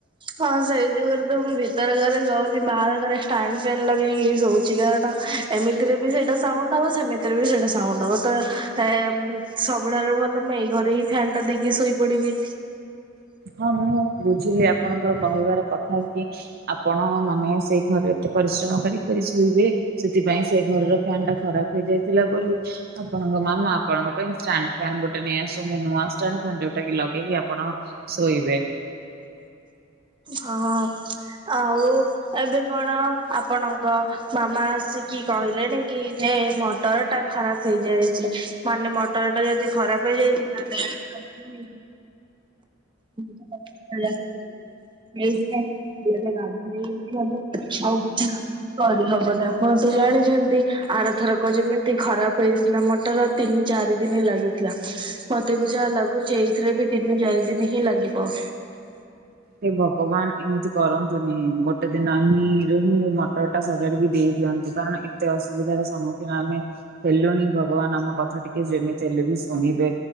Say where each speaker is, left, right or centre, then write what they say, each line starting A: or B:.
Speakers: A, on the right; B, on the right.
A: ହଁ ସେଇ ଜୋଗୁରୁ ତ ମୁଁ ଭିତର ଘରେ ଶୋଉନି ବାହାର ଘରେ ଷ୍ଟାଣ୍ଡ୍ ଫ୍ୟାନ୍ ଲଗେଇକି ହିଁ ଶୋଉ ହୁଛି କାରଣ ଏମିତିରେ ବି ସେଇଟା ସ ସାବୁନ୍ ଟା ଦବ ସେମିତିରେ ବି ସେଇଟା ସାଉଁଣ୍ଡ ହବ ତ ଏ ଉଁ ସବୁଠାରୁ ଭଲ ମୁଁ ଏଇ ଘରେ ହିଁ ଫ୍ୟାନ୍ ଟା ବେଗେ ଶୋଇପଡିବି।
B: ହଁ ମୁଁ ବୁଝିଲି ଆପଣଙ୍କର କହିବାର କଥା କି ଆପଣ ମାନେ ସେଇ ଘରେ ଏତେ ପରିଶ୍ରମ କରି କରି ଶୋଇବେ ସେଥିପାଇଁ ସେ ଘରର ଫ୍ୟାନ୍ ଟା ଖରାପ ହେଇଯାଇଥିଲା ବୋଲି ଆପଣଙ୍କ ମାମା ଆପଣଙ୍କ ପାଇଁ ଷ୍ଟାଣ୍ଡ୍ ଫ୍ୟାନ୍ ଗୋଟେ ନେଇ ଆସୁଛନ୍ତି ନୂଆ ଷ୍ଟାଣ୍ଡ୍ ଫ୍ୟାନ୍ ଯୋଉଟା କି ଲଗେଇକି ଆପଣ ଶୋଇବେ।
A: ହଁ ଆଉ ଏବେ କଣ ଆପଣଙ୍କ ମାମା ଆସିକି କ କହିଲେଣି କି ଯେ ମଟର ଟା ଖରାପ୍ ହେଇଯାଇଛି। ମାନେ ମଟର ଟା ଯଦି ଖରାପ ହେଇଯାଇଛି ତାହେଲେ ହେଲେ ହଉ। <unintelligible> ଏଇଠୁ ମୁଁ ଗାଧେଇକି ମାନେ ଆଉ କିଛି କାମ କରି ହବନା? ସମସ୍ତେ ତ ଜାଣିଛନ୍ତି ଆରଥରକ ଯେମିତି ଖରାପ ହେଇଥିଲା ମ ଟର ତିନି ଚାରି ଦିନି ଲାଗିଥିଲା। ମତେ ବି ଯାହା ଲାଗୁଛି ଏଇଥିରେ ବି ତିନି ଚାରି ଦିନି ହିଁ ଲାଗିବ।
B: ହେ ଭଗବାନ୍ ଏମିତି କରନ୍ତୁନି ଗୋଟେ ଦିନ ହିଁ ରେ ହିଁ ମଟର ଟା ସଜାଡିକି ଦେଇ ଦିଅ ନ୍ତୁ କାରଣ ଏତେ ଅସୁବିଧାର ସମ୍ମୁଖୀନ ଆମେ ହେଲୁଣିି ଭଗବାନ୍ ଆମ କଥା ଟିକେ ଯେମିତି ହେଲେ ବି ଶୁ ଶୁଣିବେ